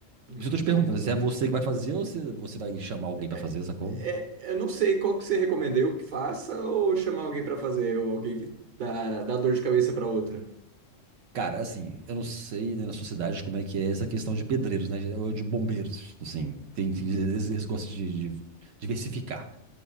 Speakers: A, on the right (about 40°); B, on the right (about 80°).
A: imagino,
B: Por isso eu tô te perguntando se
A: mas.
B: é você que vai fazer ou se você vai chamar alguém pra
A: É,
B: fazer, sacou?
A: é, eu não sei qual que você recomenda, eu que faça ou chamar alguém pra fazer, ou alguém que dá, dá dor de cabeça pra outra?
B: Cara, assim, eu não sei, né, na sua cidade como é que é essa questão de pedreiros, né? Ou de bombeiros, assim. Tem, que-
A: Uhum.
B: eles, eles gostam de, de diversificar.